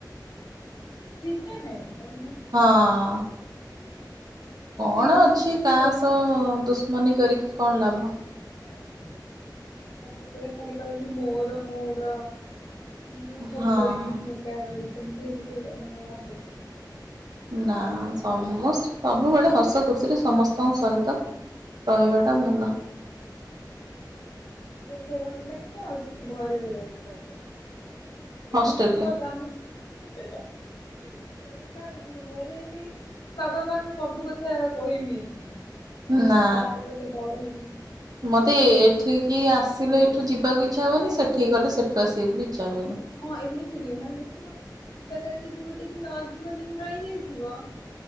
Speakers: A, on the left; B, on the right.
A: ଠିକ୍ ନା ନାହିଁ କୋହୁନ?
B: ହଁ।
A: ମୁଁ ଯଦି
B: କଣ
A: ଖାଲି
B: ଅଛି କାହା
A: ସେଲ୍ଫ
B: ସହ ଦୁଶମନୀ କରିକି କଣ ଲାଭ।
A: ହଁ ମୁଁ ଯଦି ସବୁବେଳେ ଖାଲି କହିବି ମୋର ମୋର ମାନେ ମୁଁ ସବୁ
B: ହଁ।
A: କରିବି ମୁଁ ଏକା ରହିବି ସେମିତି ହେଲେ ଥୋ ମାନେ ହବ କି?
B: ନା
A: ଚାଲିନି
B: ସମ
A: ନା ଏକା ଦେ
B: ସବୁବେଳେ ହସ ଖୁସିରେ ସମସ୍ତଙ୍କ ସହିତ ରହିବାଟା ଭଲ।
A: ବୁଲିଲେ ଭଲ ଲାଗେ ନା ଅଧିକ ଘରେ ରହିବାକୁ ଭଲ ଲାଗେ?
B: ହଷ୍ଟେଲରେ
A: ଏମିତି ନୁହ ତମ। କାରଣ ତାଙ୍କ ଘରେ ବି ବାବା ମାଙ୍କୁ ସବୁ କଥା କହିବି। ମାନେ
B: ନା
A: ଯାହାବି ହେଲେ ବଡ ହେଲେଣି।
B: ମତେ
A: କିନ୍ତୁ
B: ଏଠିକି ଆସିଲେ ଏଠୁ ଯିବାକୁ ଇଚ୍ଛା ହୁଏନି, ସେଠିକି ଗଲେ ସେଠୁ ଆସିବାକୁ ବି ଇଚ୍ଛା ହୁଏନି।
A: ହଁ ଏମିତି ବି ମାନେ ଦେଖିବ କୋଉ ଜାଗାରେ ଯଦି ଗୋଟେ ଦିନ ଅଧିକ ଦିନ ରହିଯାଇଥିବ